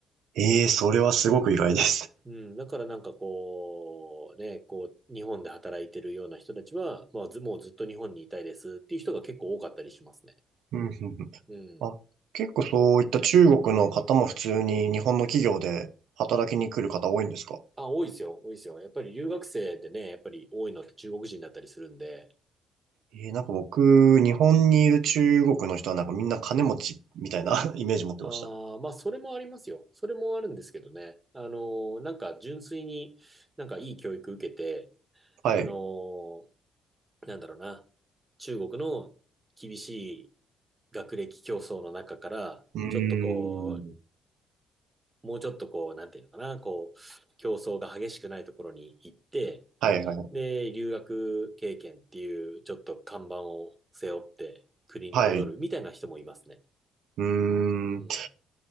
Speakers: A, on the right (about 80°); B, on the right (about 20°).
A: ええそれはすごく意外です。
B: うん、だからなんかこう、ね、こう、日本で働いてるような人たちは、まあ、ず、もうずっと日本にいたいですっていう人が結構多かったりしますね。
A: うんうんうん
B: うん。
A: あ、結構そういった中国の方も普通に日本の企業で働きに来る方多いんですか
B: あ、多いですよ、多いですよ。やっぱり留学生ってね、やっぱり多いのって中国人だったりするんで、
A: ええなんか僕、日本にいる中国の人はなんかみんな金持ちみたいな <laughs> イメージ持ってました。
B: ああ、まあ、それもありますよ。それもあるんですけどね。あのーなんか純粋になんかいい教育受けて、
A: はい。
B: あのーなんだろうな、中国の厳しい学歴競争の中から、
A: うーん。
B: ちょっとこもうちょっとこう、なんていうのかな、こう、競争が激しくないところに行って、
A: はいはい。
B: で、留学経験っていう、ちょっと看板を背負って国に戻るみたいな人もいますね。
A: はい。うー
B: うん。
A: ん。